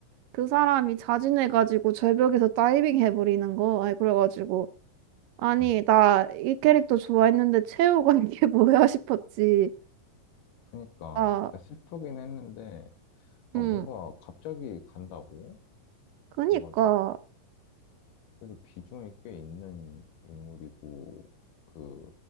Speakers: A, on the right; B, on the left.
A: 그 사람이 자진해가지고 절벽에서 다이빙 해버리는 거. 아니, 그래가지고. 아니,
B: 응.
A: 나 이 캐릭터 좋아했는데 최후가 <laughs> 이게 뭐야 싶었지.
B: 그니까,
A: 아,
B: 슬프긴 했는데, 어,
A: 음.
B: 뭔가 갑자기 간다고?
A: 그니까.
B: 그래가지고, 그래도 비중이 꽤 있는 인물이고, 그,